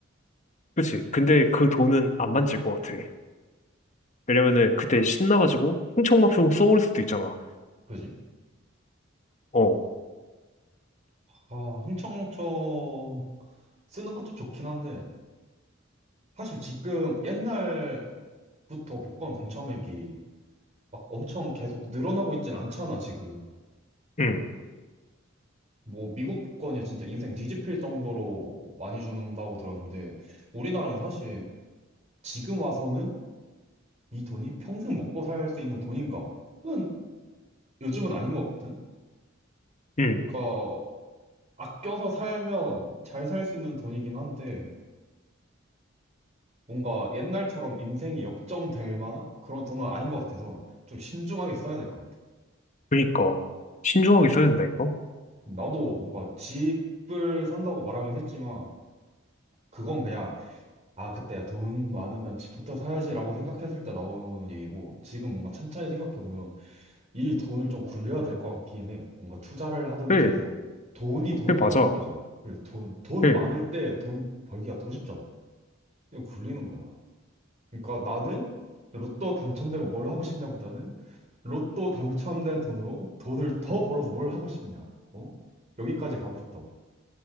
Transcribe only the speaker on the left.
그치. 근데 그 돈은 안 만질 것 같아. 왜냐면은 그때 신나가지고 흥청망청 써버릴 수도 있잖아.
어,
응,
응.
그니까 신중하게 써야 된다니까.
그래,
그래
맞아.
그래,